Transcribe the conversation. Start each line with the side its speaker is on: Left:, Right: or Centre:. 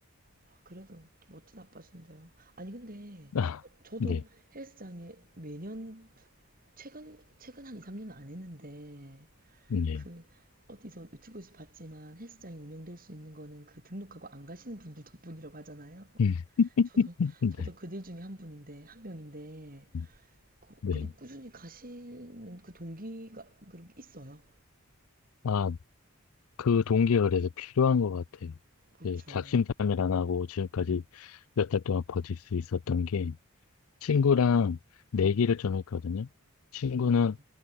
Right: 아, 그래도 멋진 아빠신데요. 아니, 근데
Left: <laughs> 아,
Right: 저도
Left: 네,
Right: 헬스장에 매년 최근, 최근 한 2, 3년은 안 했는데
Left: 네,
Right: 그 어디서 유튜브에서 봤지만 헬스장이 운영될 수 있는 거는 그 등록하고 안 가시는 분들 덕분이라고 하잖아요.
Left: 음,
Right: 저도,
Left: 네,
Right: 저도 그들 중에 한 분인데, 한 명인데
Left: 음,
Right: 그,
Left: 네.
Right: 그래도 꾸준히 가시는 그 동기가 그런 게 있어요.
Left: 아, 그 동기가 그래서 필요한 것 같아요.
Right: 그렇죠.
Left: 그 작심삼일 안 하고 지금까지 몇 달 동안 버틸 수 있었던 게 친구랑 내기를 좀 했거든요. 친구는
Right: 오,